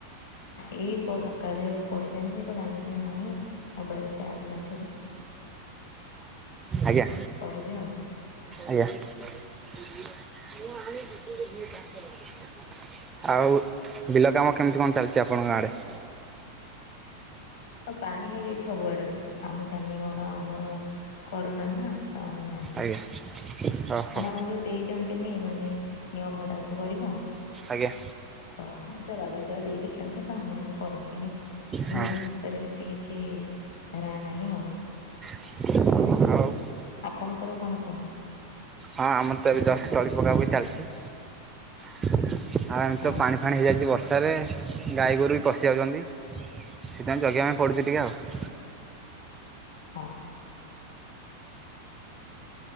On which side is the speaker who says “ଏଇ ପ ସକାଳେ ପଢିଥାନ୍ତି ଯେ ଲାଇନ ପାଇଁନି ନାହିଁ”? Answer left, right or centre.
Left